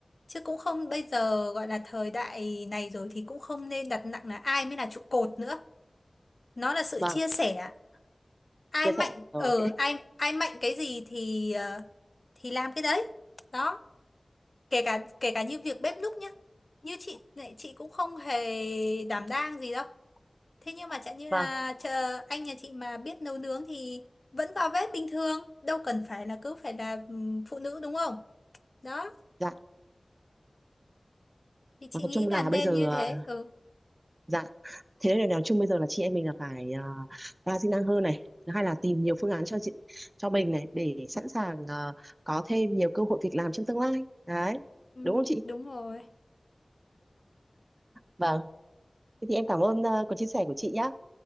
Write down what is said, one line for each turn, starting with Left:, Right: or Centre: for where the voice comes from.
Left: Chứ cũng không bây giờ gọi là thời đại này rồi thì cũng không nên đặt nặng là ai mới là trụ cột nữa. Nó là sự
Right: vâng
Left: chia sẻ. Ai
Right: chia
Left: mạnh
Right: sẻ Ờ,
Left: ở
Right: ok
Left: ai ai mạnh cái gì thì ờ, thì làm cái đấy. Đó, kể cả kể cả như việc bếp núc nhá. Như chị này chị cũng không hề đảm đang gì đâu Thế nhưng mà chẳng như
Right: vâng
Left: là chờ anh nhà chị mà biết nấu nướng thì vẫn vào bếp bình thường, đâu cần phải là cứ phải là ừm, phụ nữ đúng không? Đó,
Right: dạ
Left: thì chị
Right: Và nói
Left: nghĩ
Right: chung
Left: là
Right: là
Left: nên
Right: bây giờ
Left: như thế.
Right: ờ,
Left: Ừ,
Right: Dạ, thế nên là nói chung bây giờ là chị em mình là phải ờ, đa di năng hơn này, thứ hai là tìm nhiều phương án cho chị cho mình này để sẵn sàng ờ, có thêm nhiều cơ hội việc làm trong tương lai. Đấy,
Left: ừ
Right: đúng không chị?
Left: đúng rồi.
Right: Vâng, thế thì em cảm ơn ờ, cuộc chia sẻ của chị nhá.